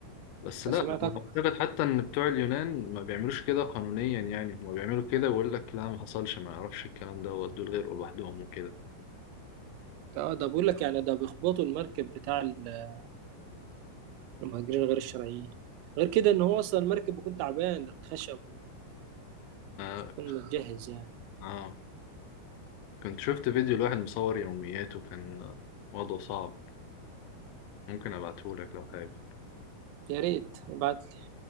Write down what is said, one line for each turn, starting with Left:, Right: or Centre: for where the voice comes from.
Left: بس
Right: انا
Left: لا
Right: سمعت
Left: أنا
Right: اكتر
Left: اعتقد حتى ان بتوع اليونان ما بيعملوش كده قانونيا يعني هم بيعملوا كده ويقول لك لا ما حصلش ما يعرفش الكلام ده ودول غير لوحدهم وكده
Right: اه ده بقول لك يعني ده بيخبطوا المركب بتاع ال- المهاجرين غير الشرعيين غير كده ان هو اصلا المركب بيكون تعبان ده خشب
Left: آه.
Right: ويكون متجهز يعني
Left: اه كنت شفت فيديو لواحد مصور يومياته كان وضعه صعب ممكن ابعته لك لو حابب
Right: يا ريت ابعت لي